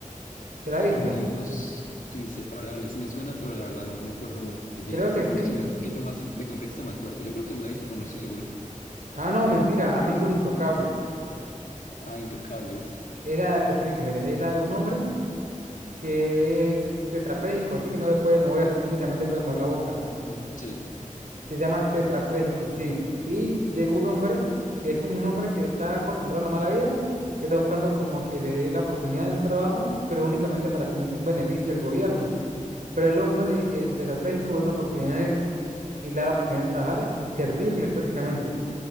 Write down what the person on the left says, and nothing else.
Amigos inseparables, me suena, pero la verdad no me acuerdo muy, muy bien.
De
pronto,
si me das un poquito más de contexto, me acuerdo. Yo creo que me la he visto, pero no estoy seguro.
Ah, Intocables.
Mm, sí,